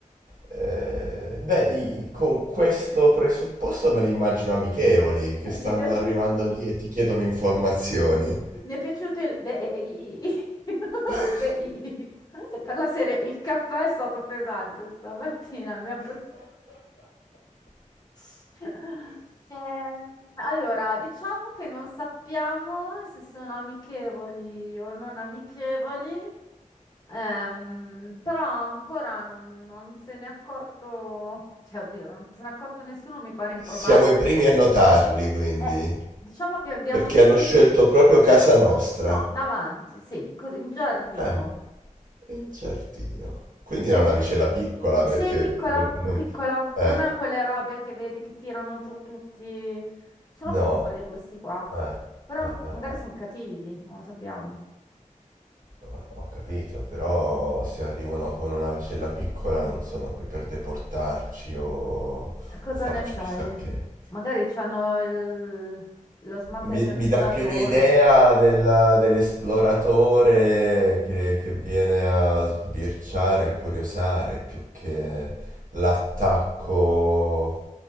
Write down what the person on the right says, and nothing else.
Eh, beh, i- i- con questo
presupposto me li immagino amichevoli, che stanno
arrivando lì e ti chiedono informazioni.
<laughs>
Siamo i primi a notarli, quindi,
perché
hanno scelto
proprio casa nostra.
Ah, in giardino. Quindi
era una vicella piccola,
perché...
non- non-
eh,
no.
Eh,
eh, eh,
eh,
Ho capito, però se arrivano con una navicella piccola non sono qui per deportarci o,
o farci
chissà che.
Mi, mi dà più l'idea della- dell'esploratore che, che viene a sbirciare, a curiosare, più che l'attacco